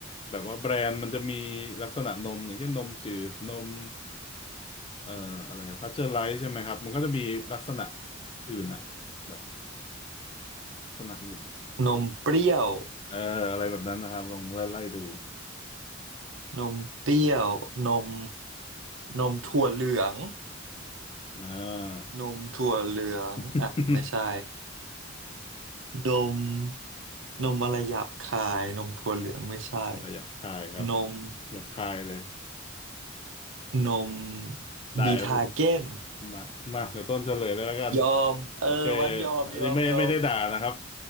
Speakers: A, on the left; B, on the right.
A: แบบว่าแบรนด์มันจะมีลักษณะนมอย่างเช่นนมจืดนมเอ่ออะไรพาสเจอร์ไรส์ใช่ไหมครับมันก็จะมีลักษณะอื่นอะแบบ ลักษณะอื่น
B: นมเปรี้ยว
A: เอออะไรแบบนั้นนะครับลองไล่ไล่ดู
B: นมเปรี้ยวนมนมถั่วเหลือง
A: อ่า
B: นมถั่วเหลืองอ่ะไม่ใช่
A: <laughs>
B: <laughs> นมนมอะไรหยาบคายนมถั่วเหลืองไม่ใช่
A: อะไรหยาบคายครับ
B: นม
A: หยาบคายเลย
B: นม
A: ได้ครับ
B: บีทาเก้น
A: มามาเดี๋ยวต้นเฉลยเลยแล้วกัน
B: ยอมเออวัดยอมยอมยอม
A: โอเคอันนี้ไม่ไม่ได้ด่านะครับ